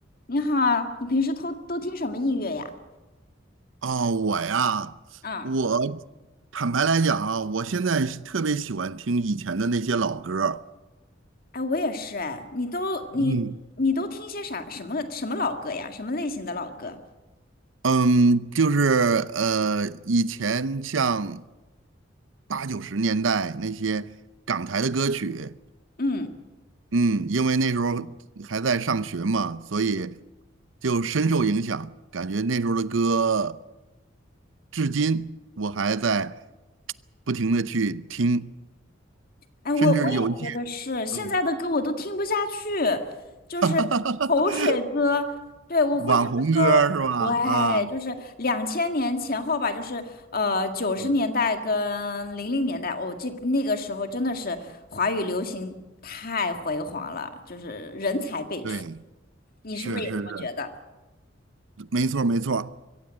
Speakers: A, on the left; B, on the right.
A: 你好啊，你平时都都听什么音乐呀？
B: 哦，我呀，
A: 啊，
B: 我坦白来讲啊，我现在是特别喜欢听以前的那些老歌儿
A: 哎，我也是哎，你都你你都听些啥什么什么老歌呀？
B: 嗯，
A: 什么类型的老歌？
B: 嗯，就是呃，以前像八九十年代那些港台的歌曲，
A: 嗯，
B: 嗯，因为那时候还在上学嘛，所以就深受影响，感觉那时候的歌至今我还在不停的去听，
A: 哎，我我也觉得是，
B: 甚至有一些，
A: 现在的歌我都听不下去，
B: 嗯。
A: 就是口水歌。
B: <laughs>
A: 对，我会觉得
B: 网红歌儿是吧？
A: 说，对，
B: 啊，
A: 就是两千年前后吧，就是呃九十年代跟零零年代，
B: 嗯，
A: 哦，这那个时候真的是华语流行太辉煌了，就是人才辈出。
B: 对，
A: 你是不是也这么觉得？
B: 是是是，没错儿没错儿